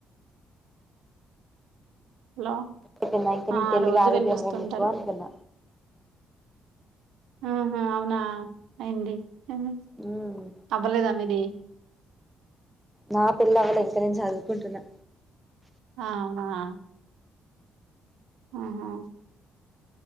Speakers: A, on the right (about 85°); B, in the centre.
A: హలో
B: <unintelligible> ఇంకా నేను
A: ఆ
B: పెళ్లి
A: రోజు
B: గాలేదేమో
A: వెళ్ళొస్తుంటారు
B: మీకు అనుకున్న
A: ఉహ్మ్ అవునా అయ్యింది మ్ హ్
B: ఉమ్
A: అవ్వలేదా మీది
B: నా పెళ్లి అవ్వలేదు ఇంక నేను చదువుకుంటున్నా
A: ఆహా అహా